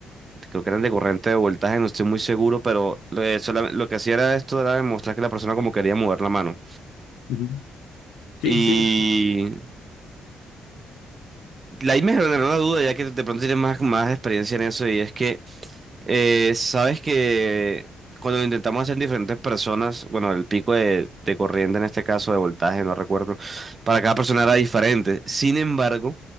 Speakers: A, on the right (about 35°); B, on the left (about 80°).
A: creo que eran de corriente de voltaje, no estoy muy seguro, pero eh, sola- lo que hacía era esto, era demostrar que la persona como quería mover la mano.
B: ujú. Sí,
A: Y
B: sí.
A: La ahí me generó una duda, ya que de pronto tienes más, más experiencia en eso, y es que, eh, sabes que cuando lo intentamos hacer en diferentes personas, bueno, el pico de, de corriente en este caso, de voltaje, no recuerdo, para cada persona era diferente. Sin embargo,